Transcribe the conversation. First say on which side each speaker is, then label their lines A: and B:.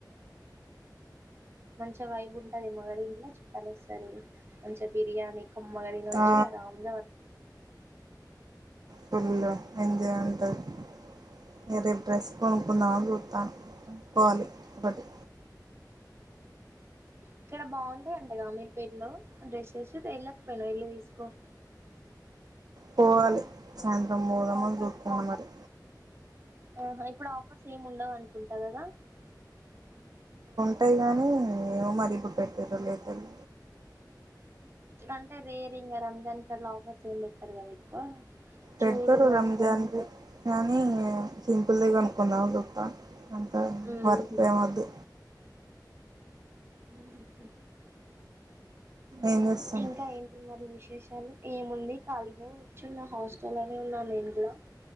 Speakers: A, on the right; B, on the right.
A: మంచి వైబ్ ఉంటదిమగ ఇంట్లో చుట్టాలు వస్తారు మంచి బిర్యానీ కమ్మగారిన వచ్చి
B: ఆ
A: అరమ్దా వ
B: ఫుల్ ఎంజే అంటారు నే రేపు డ్రెస్ కొనుక్కున్నాను చూస్తాను పోవాలి ఒకటి
A: ఇక్కడ బాగుంటాయి అంటగా మీరు పేర్లో డ్రెస్సెస్ వెళ్ళకపోనా వెళ్ళి తీసుకో
B: పోను సాయంత్రం మూలము
A: ఆఫర్స్
B: దూర్కున్న మరి
A: ఆహా ఇప్పుడు ఆఫర్స్ ఏమి ఉండవు అనుకుంట కదా
B: ఉట్టాయి గానీ ఏో మరీ పట్ట పరు లేదను
A: అంటే రేరింగ్ గారు రంజాన్ కార్లో ఆఫర్స్ ఏమి పెట్టారు కదా ఎక్కువ చూడు
B: రెడ్ద్దూరు
A: మంచిగా
B: రంజాన్
A: ఉంటే
B: ననీ ఇబలే కనుకుందాం దుకా అంత
A: ఉహు
B: వర్త ఏమది
A: అ
B: ఏం చేస్తున్నావ్
A: ఇంకా ఏంటిో అభిష ాలు ఏముంది ఖాళీనే కూర్చున్న హాస్టల్ అనే ఉన్నా నేను కూడా